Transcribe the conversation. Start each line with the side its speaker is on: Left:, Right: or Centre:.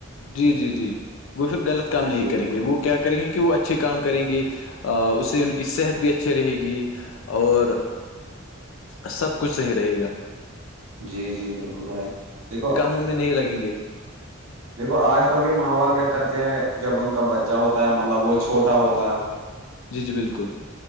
Left: جی جی جی وہ پھر غلط کام نہیں
Right: جی
Left: کریں
Right: بالکل
Left: گے وہ کیا کریں گے کہ وہ اچا اچھے کام کریں گی اس سے ان کی صحت بھی اچھی رہے گی اور سب کچھ صحیح رہے گا
Right: جی جی بالکل بھائی دیکھو
Left: م میں نہیں لگیں گے <unintelligible>
Right: دیکھو آج کل کے ماں باپ کیا کرتے ہیں جب ان کا بچہ ہوتا ہے مطلب وہ چھوٹا ہوتا ہے <inaudible>
Left: جی جی بالکل